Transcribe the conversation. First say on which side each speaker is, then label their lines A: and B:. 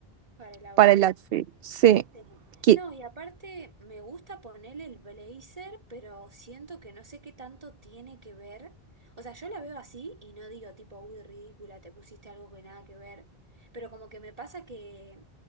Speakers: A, on the right; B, on the right.
A: para el outfit.
B: para el outfit. Sí.
A: Sí.
B: Qui-
A: No, y aparte me gusta ponerle el blazer, pero siento que no sé qué tanto tiene que ver. O sea, yo la veo así y no digo tipo, uy, ridícula, te pusiste algo que nada que ver. Pero como que me pasa que